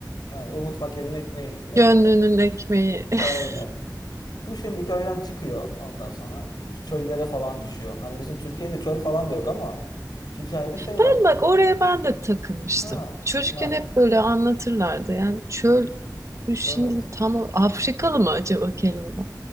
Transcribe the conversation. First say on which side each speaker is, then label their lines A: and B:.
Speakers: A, on the left; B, on the right.
A: Evet. Umut fakirin ekmeği. Yani.
B: gönlünün
A: Evet.
B: ekmeği. <laughs>
A: Aynen. Bu şimdi köyden çıkıyor ondan sonra bu çöllere falan düşüyor. Hani bizim Türkiye'de çöl falan da yok ama hikayede şey
B: Ben
A: var. işte.
B: bak oraya ben de takılmıştım.
A: Ha,
B: Çocukken
A: ha,
B: hep böyle anlatırlardı. Yani çöl bu şimdi
A: evet.
B: tam o- Afrikalı mı acaba Keloğlan?